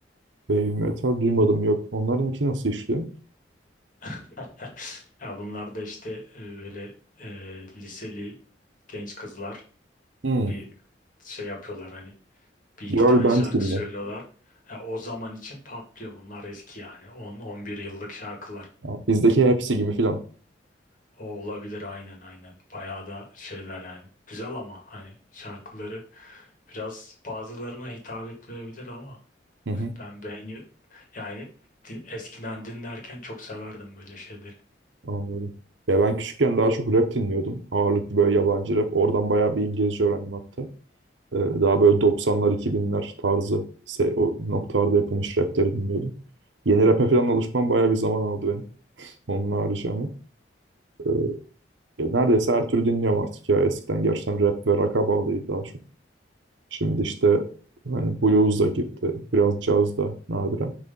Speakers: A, on the right; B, on the left.
A: Heavy metal duymadım yok. Onlarınki nasıl işliyor?
B: <laughs> Ya bunlar da işte e, böyle e, liseli genç kızlar
A: Hmm.
B: bir şey yapıyorlar hani bir iki
A: Girl
B: tane
A: band
B: şarkı
A: gibi mi?
B: söylüyorlar. E, o zaman için patlıyor bunlar eski yani 10-11 yıllık şarkılar.
A: Ha, bizdeki hepsi gibi falan.
B: O olabilir aynen aynen. Bayağı da şeyler yani. Güzel ama hani şarkıları biraz bazılarına hitap etmeyebilir ama
A: Hı hı.
B: ben beğeni yani din- eskiden dinlerken çok severdim böyle şeyleri.
A: Anladım. Ya ben küçükken daha çok rap dinliyordum. Ağırlıklı böyle yabancı rap. Oradan bayağı bir İngilizce öğrendim hatta. Ee, daha böyle 90'lar 2000'ler tarzı se- o noktalarda yapılmış rapleri dinliyordum. Yeni rap'e falan alışmam bayağı bir zaman aldı benim. Onun haricinde ama. Ee, Ya neredeyse her türlü dinliyorum artık ya. Eskiden gerçekten rap ve rock'a bağlıydı daha çok. Şimdi işte hani blues da girdi. Biraz caz da nadiren.